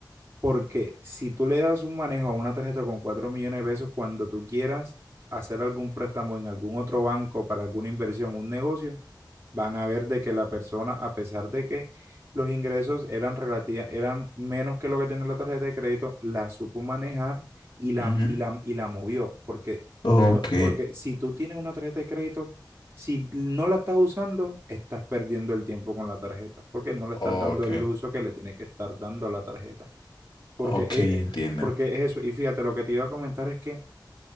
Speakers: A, on the right; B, on the left.
A: porque si tú le das un manejo a una tarjeta con 4 millones de pesos, cuando tú quieras hacer algún préstamo en algún otro banco para alguna inversión, un negocio, van a ver de que la persona, a pesar de que los ingresos eran relativa, eran menos que lo que tenía la tarjeta de crédito, la supo manejar y la,
B: Ujú.
A: y la, y la movió. Porque,
B: Ok,
A: no, porque si tú tienes una tarjeta de crédito, si no la estás usando, estás perdiendo el tiempo con la tarjeta, porque no le estás
B: ok,
A: dando el uso que le tienes que estar dando a la tarjeta. Porque,
B: ok,
A: eh, eh,
B: entiendo.
A: porque es eso. Y fíjate, lo que te iba a comentar es que